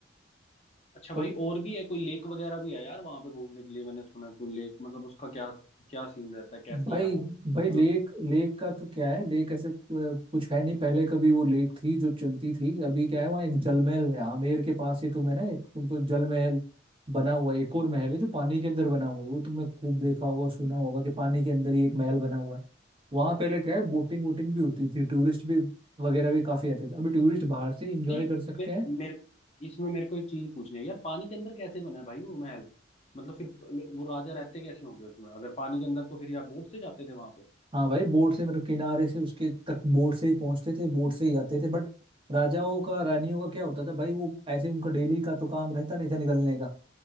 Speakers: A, on the left; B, on the right.
A: अच्छा
B: तो
A: भाई और भी है कोई लेक वगैरह भी है यार वहां पे घूमने के लिए मैंने सुना है कोई लेक मतलब उसका क्या क्या सीन रहता है कैसी
B: भाई
A: है वो
B: भाई लेक
A: मतलब
B: लेक का तो क्या है लेक ऐसे अ, कुछ है नहीं पहले कभी वो लेक थी जो चलती थी अभी क्या है वहाँ एक जलमहल है आमेर के पास ही तुम्हें ना एक तुमको जलमहल बना हुआ है एक और महल है जो पानी के अंदर बना हुआ है वो तुमने खूब देखा होगा सुना होगा कि पानी के अंदर ही एक महल बना हुआ है वहाँ पहले क्या है बोटिंग वोटिंग भी होती थी टूरिस्ट भी वगैरह भी काफी आते थे अभी टूरिस्ट बाहर से इंजॉय
A: नहीं
B: कर सकते
A: मे,
B: हैं
A: मेरे इसमें मेरे को एक चीज पूछनी है यार पानी के अंदर कैसे बना है भाई वो महल मतलब फिर वो राजा रहते कैसे होंगे उसमें अगर पानी के अंदर तो फिर या बोट से जाते थे वहां पे
B: हाँ भाई बोट से मतलब किनारे से उसके तक बोट से ही पहुंचते थे बोट से ही आते थे बट राजाओं का रानियों का क्या होता था भाई वो ऐसे उनका डेली का तो काम रहता नहीं था निकलने का